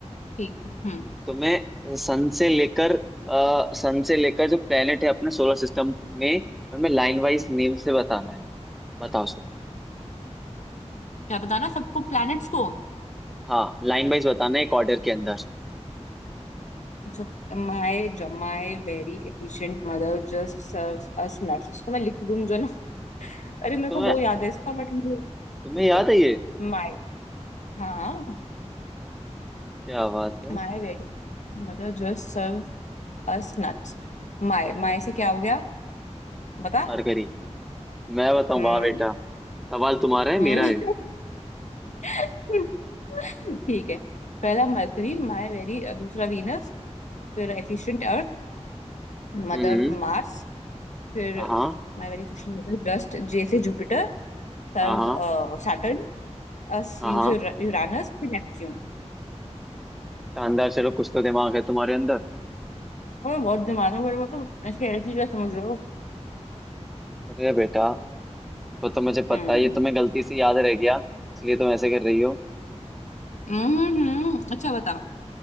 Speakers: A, on the left; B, in the centre.
A: ठीक हम्म
B: तो मैं सन से लेकर आ, सन से लेकर जो प्लेनेट है अपने सोलर सिस्टम में उनमें लाइन वाइज नेम से बताना है बताओ सर
A: क्या बताना सबको प्लैनेट्स को
B: हाँ लाइन वाइज बताना है एक ऑर्डर के अंदर
A: अच्छा My my very efficient mother just serves us nuts इसको मैं लिख दूं जो ना अरे मेरे
B: तुम्हें
A: को वो याद
B: तु,
A: है इसका बट मुझे रुक
B: तुम्हें याद
A: जा
B: है ये
A: माय हाँ
B: क्या बात है
A: My very mother just serve us nuts My my से क्या हो गया बता
B: मरकरी मैं बताऊं
A: हम्म
B: वाह बेटा सवाल तुम्हारा है
A: हम्म,
B: मेरा है
A: <laughs> ठीक है पहला मरकरी माय वेरी दूसरा वीनस फिर एफिशिएंट अर्थ मदर
B: हम्म
A: मार्स फिर
B: हाँ हाँ
A: my very efficient mother dust J से Jupiter serve
B: हाँ
A: Saturn us
B: हाँ
A: U
B: हाँ
A: से यूरानस फिर नेपच्यून
B: शानदार चलो कुछ तो दिमाग है तुम्हारे अंदर
A: और बहुत दिमाग है बड़े तुम इसके ऐसी क्या समझ रहे हो
B: अरे बेटा वो तो मुझे पता
A: हम्म
B: है ये तुम्हें गलती से याद रह गया इसलिए तुम ऐसे कर रही हो
A: हम्म हम्म, अच्छा बता